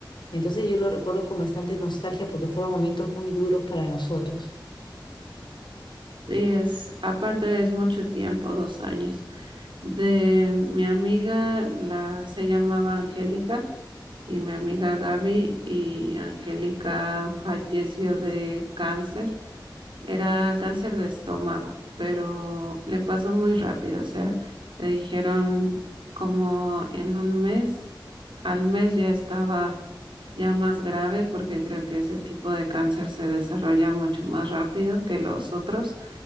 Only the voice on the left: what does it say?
Entonces yo lo recuerdo con bastante nostalgia porque fueron momentos muy duros para nosotros.